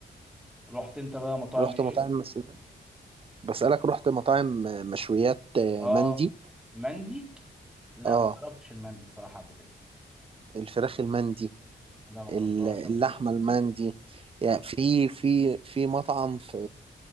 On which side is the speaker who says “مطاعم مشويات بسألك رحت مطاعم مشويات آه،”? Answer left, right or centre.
Right